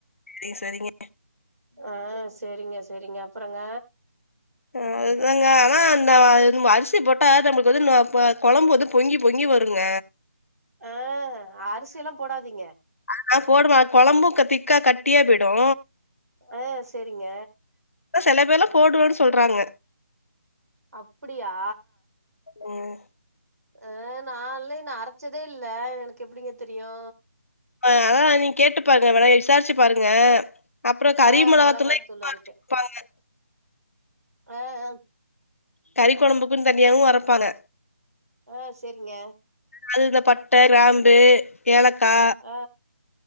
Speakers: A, on the left; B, on the right.
A: சரி சரிங்க
B: ஆ செரிங்க செரிங்க அப்புறங்க
A: ஆ அதாங்க ஆனா அந்த அரிசி போட்டா நம்மளுக்கு நொ ப வந்து கொழம்பு பொங்கி பொங்கி வருங்க
B: ஆ அரிசி எல்லா போடாதீங்க
A: ஆ நா போடுவே கொழம்பு திக்கா கட்டியா போயிடு
B: ஆ செரிங்க
A: செல பேர்லா போடுவன்னு சொல்றாங்க
B: அப்படியா
A: ம்
B: ஆ நால்ல இன்னு அரச்சதே இல்ல எனக்கு எப்படிங்க தெரியு
A: அதா நீங்க கேட்டு பாருங்க வேணா விசாரிச்சு பாருங்க அப்புறோ கறி
B: ஆ
A: மெளகாத்தூள்ளு
B: மொளகாத்தூள்
A: எல்லா
B: அரைக்க
A: <unintelligible>
B: ஆ ஆ
A: கறி கொழம்புக்குன்னு தனியாவு அரைப்பாங்க
B: ஆ செரிங்க
A: அது இந்த பட்டே கிராம்பு ஏலக்கா
B: ஆ